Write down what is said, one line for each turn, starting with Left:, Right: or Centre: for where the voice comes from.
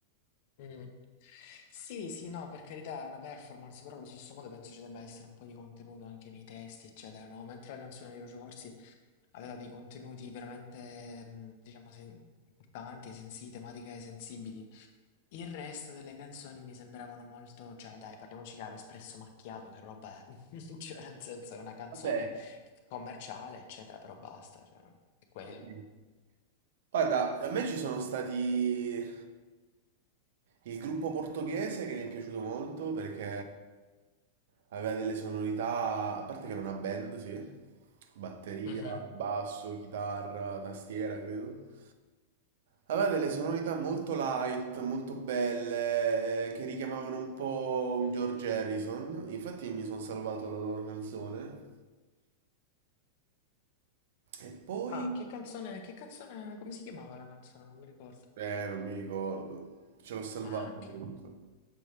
Left: Mm. Sì, sì, no, per carità, è una performance, però allo stesso modo penso ci debba essere un po' di contenuto anche nei testi, eccetera, no? Mentre la canzone di Lucio Corsi aveva dei contenuti veramente, mm, diciamo, sen- importanti, sensibili, tematiche sensibili. Il resto delle canzoni mi sembravano molto cioè dai, parliamoci chiaro, Espresso Macchiato che roba è? <laughs> Cioè nel senso è una canzone
Right: Eh,
Left: commerciale, eccetera, però basta, cioè è quello.
Right: sì. Guarda, a me ci sono stati Il gruppo portoghese che mi è piaciuto molto perché aveva delle sonorità, a parte che era una band, sì, batteria,
Left: Mh-mh.
Right: basso, chitarra, tastiera, credo. Aveva delle sonorità molto light, molto belle, eh, che richiamavano un po' un George Harrison. Infatti mi sono salvato la loro canzone. E poi...
Left: Ah, che canzone che canzone come si chiamava la canzone? Non mi ricordo.
Right: Eh, non mi ricordo. Ce l'ho salvato
Left: Ah, okay.
Right: comunque.